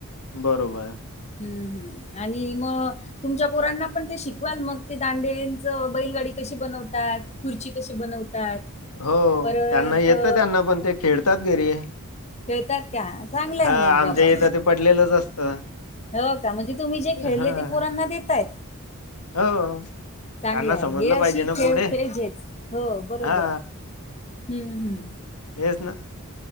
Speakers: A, on the left (about 90°); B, on the left (about 30°).
A: बरोबर.
B: हम्म - हम्म. आणि मग तुमच्या पोरांना पण ते शिकवाल मग ते दांडेंच बैलवाडी कशी बनवतात. खुर्ची कशी बनवतात.
A: हो
B: परत
A: त्यांना येतं
B: अ,
A: त्यांना पण ते खेळतात घरी.
B: खेळतात का चांगलं
A: हां,
B: आहे मग
A: आमच्या
B: बाबा.
A: इथं ते पडलेलंच असतं.
B: हो का म्हणजे तुम्ही जे खेळले
A: हां,
B: ते पोरांना देताय?
A: हो.
B: चांगलं
A: त्यांना
B: आहे.
A: समजलं
B: हे अशी
A: पाहिजे ना
B: खेळ
A: पुढे
B: पाहिजे हो बरोबर
A: हा
B: हम्म- हम्म.
A: <inaudible>